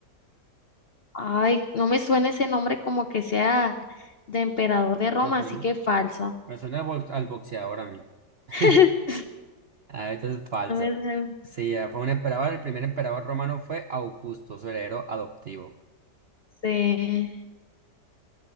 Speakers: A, on the left; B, on the right.
A: ay, no me suena ese nombre como que sea de emperador de Roma,
B: Me suena,
A: así que falso.
B: me suena al box- al boxeador a mí. <laughs>
A: <laughs>
B: Ah, esto es falso.
A: No me suena.
B: Sí, ah, fue un emperador. El primer emperador romano fue Augusto, su heredero adoptivo.
A: Sí.